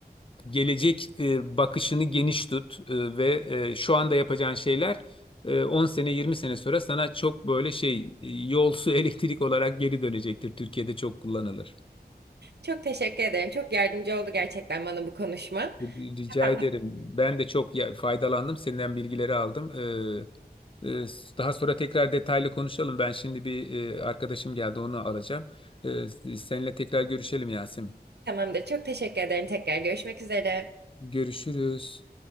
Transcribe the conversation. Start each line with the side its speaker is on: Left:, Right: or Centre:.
Left: gelecek e, bakışını geniş tut e, ve e, şu anda yapacağın şeyler e, 10 sene 20 sene sonra sana çok böyle şey e, yol su <laughs> elektrik olarak geri dönecektir. Türkiye'de çok kullanılır.
Right: Çok teşekkür ederim. Çok yardımcı oldu gerçekten bana bu konuşma.
Left: Rica
Right: Kafamda
Left: ederim. Ben de çok ya- faydalandım. Senden bilgileri aldım. E, Ee, Daha sonra tekrar detaylı konuşalım. Ben şimdi bir e, arkadaşım geldi, onu alacağım. Ee, Seninle tekrar görüşelim Yasemin.
Right: Tamamdır. Çok teşekkür ederim. Tekrar görüşmek üzere.
Left: Görüşürüz.